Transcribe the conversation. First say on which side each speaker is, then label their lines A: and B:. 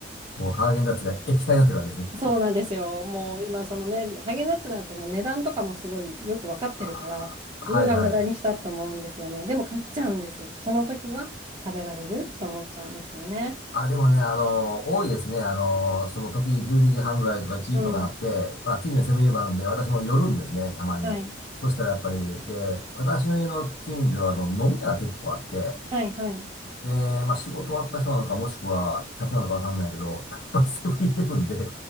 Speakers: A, on the left (about 60°); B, on the right (about 30°).
A: もうハーゲンダッツが液体になってるわけですね、きっと。
B: そうなんですよ。もう今、そのね、ハーゲンダッツなんてもう値段とかもすごいよく分かってるから、
A: あーはいはい。
B: うーわ、無駄にしたと思うんですよね。でも買っちゃうんですよ。その時は食べられると思っちゃうんですよね。
A: あ、でもね、あのー多いですね。あのーその時12時半ぐらいとか1時とかなって、
B: うん。
A: まあ、近所にセブンイレブンあるんで、私も寄るんですね、たまに。
B: はい。
A: そしたらやっぱり、で、私の家の近所はあの飲み屋が結構あって、
B: はい、はい。
A: ねえー、まあ仕事終わった人なのか、もしくは客なのかわかんないけど、やっぱりセブンイレブンで、